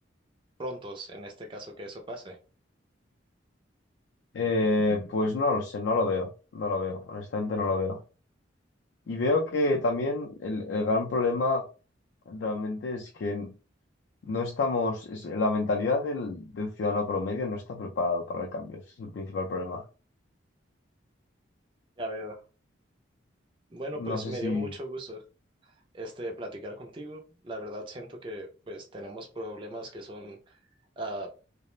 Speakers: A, on the right; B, on the left.
A: prontos, en este caso que eso pase?
B: Eh, pues no lo sé, no lo veo, no lo veo, honestamente no lo veo. Y veo que también el el gran problema realmente es que No estamos, es- la mentalidad del, del ciudadano promedio no está preparado para el cambio, ese es el principal problema.
A: Ya veo. Bueno, pues
B: No
A: me
B: sé si,
A: dio mucho gusto este platicar contigo. La verdad siento que pues tenemos problemas que son ah,